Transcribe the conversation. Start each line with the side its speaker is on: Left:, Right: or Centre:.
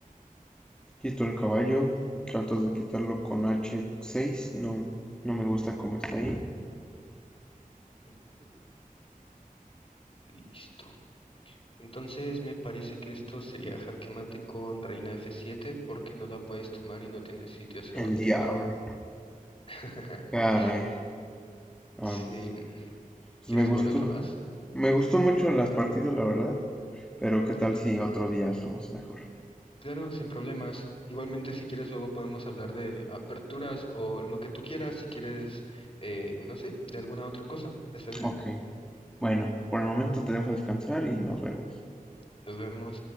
Centre: Quito el caballo. Trato de quitarlo con H6. No, no me gusta cómo está ahí.
Left: Ujú, Listo. Entonces me parece que esto sería jaque mate con reina F7 porque no la puedes tomar y no tienes sitio hacia
Centre: El
Left: dónde
Centre: diablo.
Left: ir. <laughs>
Centre: Caray. Am,
Left: Sí.
Centre: pues
Left: ¿Quieres
Centre: me gustó.
Left: jugar otra más?
Centre: Me gustó mucho las partidas, la verdad. Pero qué tal
Left: Ok.
Centre: si otro día somos mejor.
Left: Claro, sin problemas. Igualmente, si quieres, luego podemos hablar de aperturas o lo que tú quieras, si quieres, eh, no sé, de alguna otra cosa. ¿Está bien?
Centre: Ok. Bueno, por el momento te dejo descansar y nos vemos.
Left: Nos vemos.